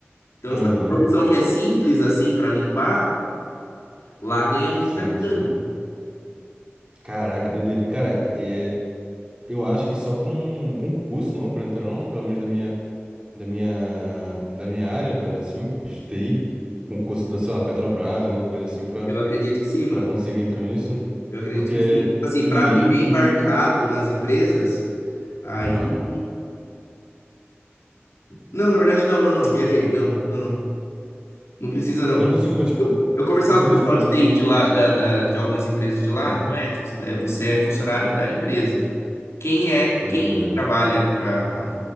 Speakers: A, on the left; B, on the right.
A: Então,
B: Aham,
A: tipo, essa profissão que é simples assim para limpar, lá ganha muita
B: Sim,
A: grana.
B: sim. Caraca, doideira. E, cara, é, eu acho que só com concurso, não, pra entrar, não, pelo menos da minha, da minha, da minha área, velho, assim, de TI, concurso da, sei lá, Petrobras, alguma coisa assim, pra,
A: Eu acredito que sim, mano.
B: pra conseguir entrar nisso,
A: Eu acredito
B: porque
A: que sim. Assim,
B: ninguém,
A: para viver embarcado nas empresas, aí.
B: aham,
A: Não, na verdade, não, não, não. Viajei. Não, não, não. Não precisa, não.
B: Porque eu não consigo ver, tipo,
A: Eu,
B: eu
A: eu conversava
B: não consigo
A: com o pessoal
B: ver, tipo, no,
A: de TI de lá, da, da- de algumas empresas de lá,
B: no- aham,
A: não é, tipo, é, você é funcionário da empresa. Quem é, quem
B: Pode crer.
A: trabalha para